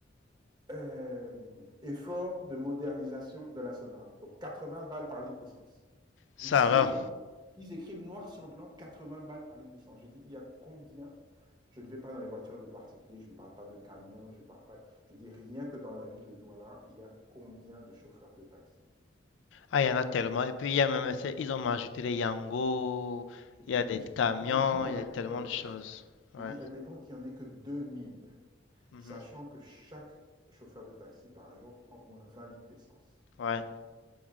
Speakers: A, on the right; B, on the left.
A: euh, effort de modernisation de la Sonara. Donc 80 balles par litre d'essence.
B: Ça
A: Je dis, c'est
B: alors.
A: écrit, ils écrivent noir sur blanc 80 balles par litre d'essence. Je dis, il y a combien Je ne vais pas dans les voitures de particuliers, je ne parle pas de camions, je ne parle pas. Je dis, rien que dans la ville de Douala, il y a combien de chauffeurs de taxi
B: Ah, il y en a tellement. Et puis, il y a même,
A: Je dis,
B: c'est- ils ont même ajouté les Yango,
A: je dis,
B: il y a des
A: juste,
B: camions,
A: je dis juste dans
B: il
A: les
B: y a tellement
A: chauffeurs
B: de
A: de
B: choses.
A: taxi. Je
B: Ouais.
A: dis, admettons qu'il n'y en ait que 2000,
B: mhm,
A: sachant que chaque chauffeur de taxi par jour prend au moins 20 litres d'essence.
B: Ouais.